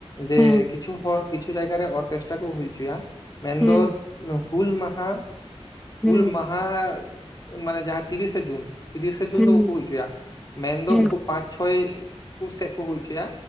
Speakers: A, on the left; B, in the centre.
A: ᱡᱮ
B: ᱦᱩᱸ
A: ᱠᱤᱪᱷᱩ ᱦᱚᱲ ᱠᱤᱪᱷᱩ ᱡᱟᱭᱜᱟ ᱨᱮ ᱚᱨᱠᱮᱥᱴᱨᱟ ᱠᱚ ᱦᱩᱭ ᱚᱪᱚᱭᱟ, ᱢᱮᱱᱫᱚ
B: ᱦᱩᱸ
A: ᱦᱩᱞ ᱢᱟᱦᱟ
B: ᱦᱩᱸ
A: ᱦᱩᱞ ᱢᱟᱦᱟ ᱢᱟᱱᱮ ᱡᱟᱦᱟᱸ ᱛᱤᱨᱤᱥᱮ ᱡᱩᱱ, ᱛᱤᱨᱤᱥᱮ ᱡᱩᱱ
B: ᱦᱩᱸ
A: ᱫᱚ ᱵᱟᱠᱚ ᱦᱩᱭ ᱚᱪᱚᱭᱟ, ᱢᱮᱱᱫᱚ
B: ᱦᱩᱸ
A: ᱩᱱᱠᱩ ᱯᱟᱸᱪ ᱪᱷᱚᱭ ᱠᱚ ᱥᱮᱫ ᱠᱚ ᱦᱩᱭ ᱚᱪᱚᱭᱟ᱾